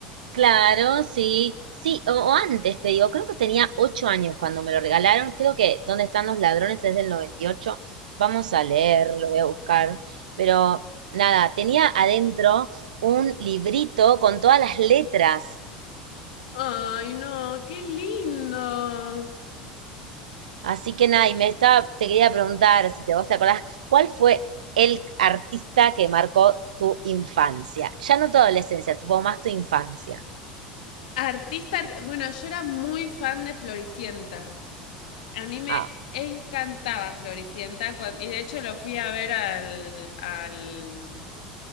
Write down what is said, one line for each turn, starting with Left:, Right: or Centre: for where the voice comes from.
Right: Claro, sí, sí, o, o antes te digo, creo que tenía ocho años cuando me lo regalaron, creo que ¿Dónde están los ladrones? es del 98. vamos a leer, lo voy a buscar, pero nada, tenía adentro un librito con todas las letras,
Left: Ay, no, qué lindo.
Right: así que nada, y me estaba, te quería preguntar si te vos te acordás, ¿cuál fue el artista que marcó tu infancia? Ya no tu adolescencia, tuvo más tu infancia.
Left: Artista, arti- bueno, yo era muy fan de Floricienta. A mí me
Right: Ah,
Left: encantaba Floricienta, cuan- y de hecho lo fui a ver al, al,